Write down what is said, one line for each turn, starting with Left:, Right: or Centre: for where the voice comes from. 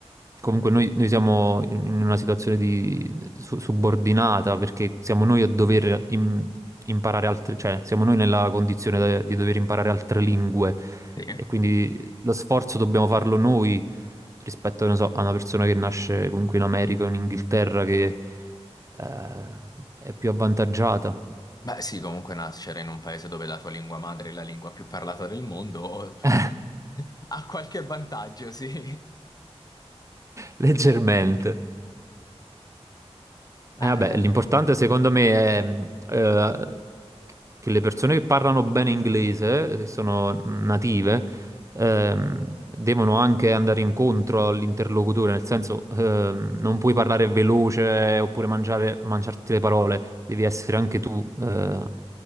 Right: comunque noi, noi siamo in in una situazione di su- subordinata perché siamo noi a dover im- imparare altre, cioè siamo noi nella condizione de- di dover imparare altre lingue
Left: Sì.
Right: e quindi lo sforzo dobbiamo farlo noi rispetto, non so, a una persona che nasce comunque in America o in Inghilterra che eh, è più avvantaggiata.
Left: Beh, sì, comunque nascere in un paese dove la tua lingua madre è la lingua più parlata del mondo <laughs>
Right: <laughs>
Left: ha qualche vantaggio, sì.
Right: Leggermente.
Left: Eh,
Right: Eh, vabbè, l'importante secondo me è mh, eh, che le persone che parlano bene inglese, che sono native, ehm, devono anche andare incontro all'interlocutore, nel senso ehm, non puoi parlare veloce oppure mangiare- mangiarti le parole, devi essere anche tu, eh,